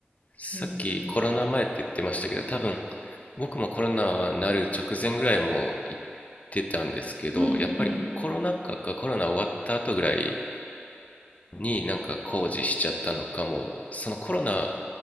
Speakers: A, on the left; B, on the right.
A: さっきコロナ前って言ってましたけど、
B: うん、うん。
A: 多分僕もコロナになる直前ぐらいも行ってたんですけど、
B: うん、
A: やっぱりコロナ禍かコロナ終わった後ぐらい
B: うん。
A: になんか工事しちゃったのかも、そのコロナ